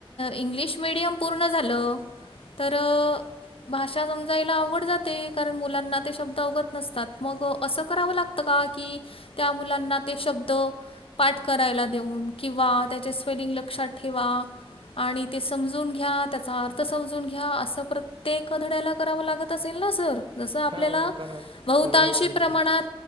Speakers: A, on the left (about 80°); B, on the right (about 65°).
A: इंग्लिश मिडियम पूर्ण झालं‌ तर. भाषा समजायला अवघड जाते. कारण मुलांना ते, शब्द अवगत नसतात. मग असं करावं लागतं का. कि त्या मुलांना ते शब्द पाठ करायला देऊन. किंवा त्याचे स्पेलिंग लक्षात ठेवा. आणि ते समजून घ्या त्याचा अर्थ समजून घ्या असं प्रत्येक धड्याला. कराव लागत असेल ना सर, जसं आपल्याला
B: हो हो करावं
A: बहुतांशी
B: करावं लागेल
A: प्रमाणात.
B: तेच